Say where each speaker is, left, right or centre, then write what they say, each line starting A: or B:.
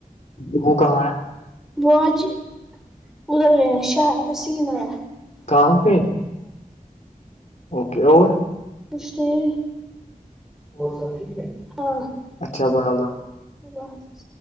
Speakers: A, on the left; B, in the centre.
A: کا وہ کہاں ہے
B: وہج <unintelligible> ا ل ش ا جنا
A: کہاں
B: ہاں
A: پہ اوکے اور
B: کوش نہیں <unintelligible> وہ سب ٹھیک ہے ہاں
A: اچھا
B: اللہ
A: بھائی
B: ح <unintelligible>